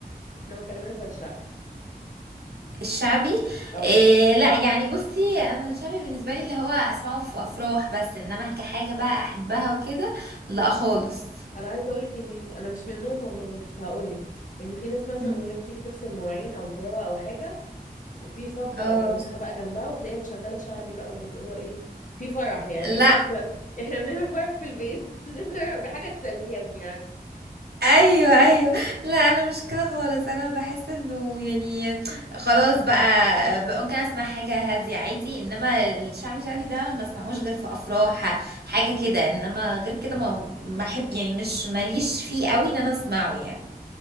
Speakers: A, on the left; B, on the right.
A: احنا ما اتكلمناش عن الشعب
B: الشعبي
A: اه
B: إيه لا يعني بصي انا الشعبي بالنسبه لي اللي هو اسمعه في افراح بس انما كحاجه بقى احبها وكده لا خالص
A: انا عايزة اقولك ان انا مش منهم والله بس هقولك ان في ناس مثلا
B: مم.
A: وهي بتيجي تغسل مواعين او تروق او حاجة وفي صب
B: اه
A: او سماعة بقى جنبها وتلاقيها مشغلة شعبي بقى واللي هو ايه في فرح يعني
B: لا
A: <laughs> احنا بنعمل فرح في البيت <laughs> بحاجة تسليهم يعني
B: ايوه ايوه لا انا مش كده خالص انا بحس انه يعني خلاص بقى بقى ممكن اسمع حاجه هاديه عادي انما الشعبي شعبي ده ما اسمعوش غير في افراح حاجه كده انما غير كده ما ما احب يعني مش ماليش فيه قوي ان انا اسمعه يعني